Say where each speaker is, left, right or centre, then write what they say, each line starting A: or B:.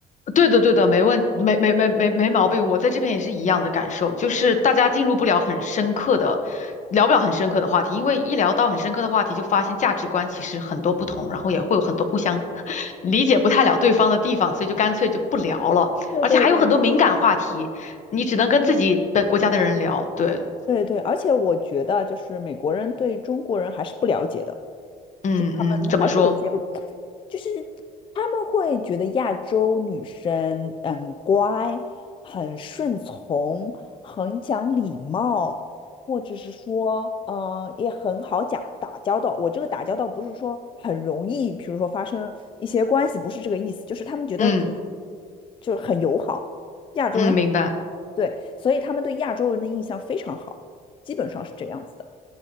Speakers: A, on the left (about 45°); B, on the left (about 30°).
A: 对的，对的，没问，没没没没没毛病。我在这边也是一样的感受，就是大家进入不了很深刻的，聊不了很深刻的话题，因为一聊到很深刻的话题，就发现价值观其实很多不同，然后也会有很多互相 <laughs> 理解不太了对方的地方，所以就干脆就不聊了。
B: <laughs> 对对对对
A: 而且还有很多敏感话题，你只能跟自己的国家的人聊。对，
B: 对对，而且我觉得就是美国人对中国人还是不了解的，
A: 嗯嗯，
B: 就他们还是有些，
A: 怎么说？
B: 就是他们会觉得亚洲女生呃很乖、很顺从、很讲礼貌，或者是说，嗯也很好讲打交道。我这个打交道不是说很容易，比如说发生一些关系，不是这个意思，就是他们觉得就
A: 嗯
B: 就是很友好，亚洲人。
A: 嗯，明白。
B: 对，所以他们对亚洲人的印象非常好，基本上是这样子的。